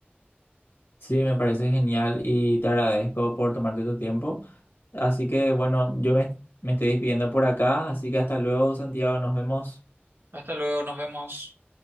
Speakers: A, on the left; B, on the right.
A: Sí, me parece genial y te agradezco por tomarte tu tiempo. Así que bueno, yo me, me estoy despidiendo por acá, así que hasta luego, Santiago, nos vemos.
B: Hasta luego, nos vemos.